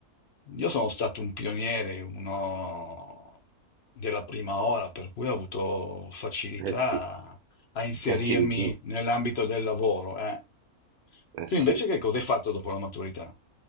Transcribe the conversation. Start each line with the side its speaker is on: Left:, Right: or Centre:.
Left: Io sono stato un pioniere, uno della prima ora, per cui ho avuto facilità
Right: Eh
Left: a inserirmi
Right: sì, eh sì,
Left: nell'ambito del lavoro. eh.
Right: eh
Left: Tu
Right: sì.
Left: invece che cosa hai fatto dopo la maturità?